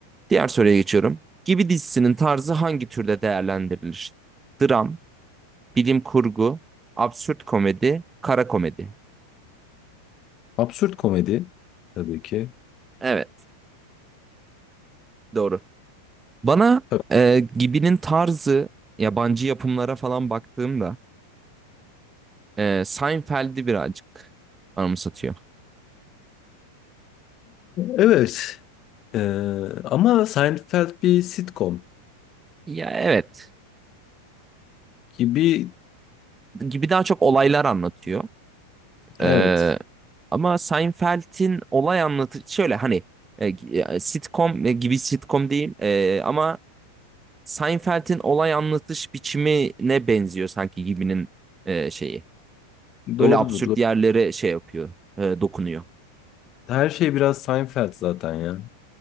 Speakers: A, on the right; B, on the left.
A: Diğer soruya geçiyorum. Gibi dizisinin tarzı hangi türde değerlendirilir? Dram, bilim kurgu, absürt komedi, kara komedi.
B: Absürt komedi tabii ki.
A: Evet, doğru. Bana
B: Tabii.
A: e, Gibi'nin tarzı yabancı yapımlara falan baktığımda e, Seinfeld'i birazcık anımsatıyor.
B: Evet. Ee, ama Seinfeld bir sitcom
A: Ya evet
B: gibi
A: gibi daha çok olaylar anlatıyor.
B: evet
A: Ee, ama Seinfeld'in olay anlatı şöyle hani e, g- e, sitcom e, gibi sitcom değil e, ama Seinfeld'in olay anlatış biçimine benziyor sanki gibinin e, şeyi. Öyle
B: doğrudur.
A: absürt
B: doğru.
A: yerlere şey yapıyor, e, dokunuyor.
B: Her şey biraz Seinfeld zaten ya.